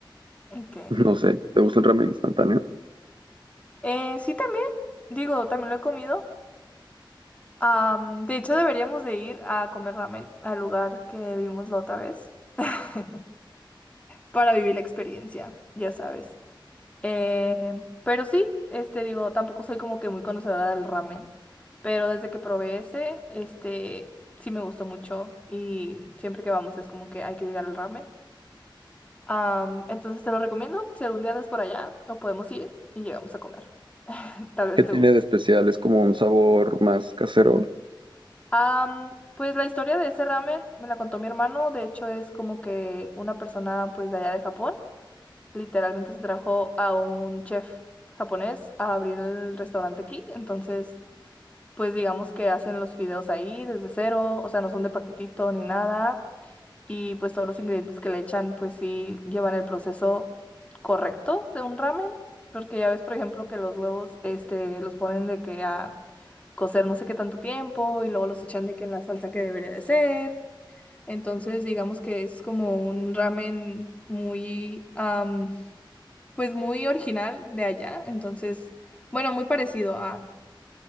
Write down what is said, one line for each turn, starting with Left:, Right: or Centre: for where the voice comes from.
Left: ok.
Right: No sé, ¿te gusta el ramen instantáneo?
Left: Eh, sí, también, digo, también lo he comido. Am, de hecho, deberíamos de ir a comer ramen al lugar que vimos la otra vez <laughs> para vivir la experiencia, ya sabes. Eh, pero sí, este, digo, tampoco soy como que muy conocedora del ramen, pero desde que probé ese, este, sí me gustó mucho y siempre que vamos es como que hay que llegar al ramen. Am, entonces te lo recomiendo, si algún día andas por allá, o podemos ir y llegamos a comer. <laughs> Tal vez
Right: ¿Qué tiene
Left: te guste.
Right: de especial? ¿Es como un sabor más casero?
Left: Am, pues la historia de ese ramen me la contó mi hermano, de hecho es como que una persona pues de allá de Japón, literalmente se trajo a un chef japonés a abrir el restaurante aquí, entonces... pues digamos que hacen los fideos ahí desde cero, o sea, no son de paquetito ni nada, y pues todos los ingredientes que le echan, pues sí llevan el proceso correcto de un ramen, porque ya ves, por ejemplo, que los huevos, este, los ponen de que a cocer no sé qué tanto tiempo y luego los echan de que en la salsa que debería de ser. Entonces, digamos que es como un ramen muy, am, pues muy original de allá, entonces, bueno, muy parecido a...